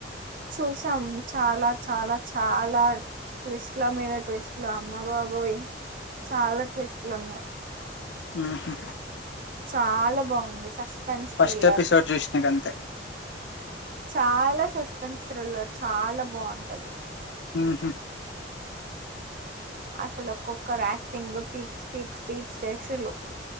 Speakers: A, on the right; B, on the left.
A: చూసాం చాలా చాలా చాలా ట్విస్ట్ల మీద ట్విస్ట్లు అమ్మబాబోయ్ చాలా ట్విస్ట్లు ఉన్నాయి
B: ఆహా
A: చాలా బాగుంది సస్పెన్స్
B: ఫస్ట్
A: థ్రిల్లర్
B: ఎపిసోడ్ చూసినా గంతే
A: చాలా సస్ సస్పెన్స్ థ్రిల్లర్ చాలా బాగుంటది
B: ఆహా
A: అస్సలు ఒక్కొక్కరు యాక్టింగ్ పిక్ స్పీక్ స్పీక్ స్టేషలు